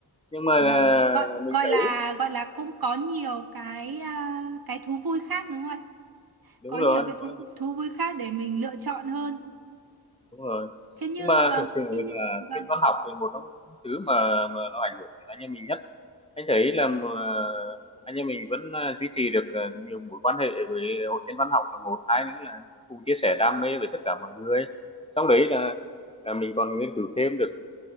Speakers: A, on the left (about 15°); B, on the right (about 60°).
A: nhưng mà
B: và gọi
A: ờ, mình
B: gọi
A: thấy
B: là gọi là cũng có nhiều cái à, cái thú vui khác đúng không ạ
A: đúng
B: có
A: rồi
B: nhiều cái thú,
A: có
B: thú vui khác để mình lựa chọn hơn
A: đúng rồi
B: Thế như
A: nhưng mà
B: vâng,
A: thực sự
B: thế như
A: là
B: vâng,
A: thiên văn học thì một trong những thứ mà mà nó ảnh hưởng đến anh em mình nhất anh thấy là mà anh em mình vẫn à, duy trì được à, nhiều mối quan hệ với hội thiên văn học là một hai nữa là cùng chia sẻ đam mê với tất cả mọi người xong đấy là, là mình còn nghiên cứu thêm được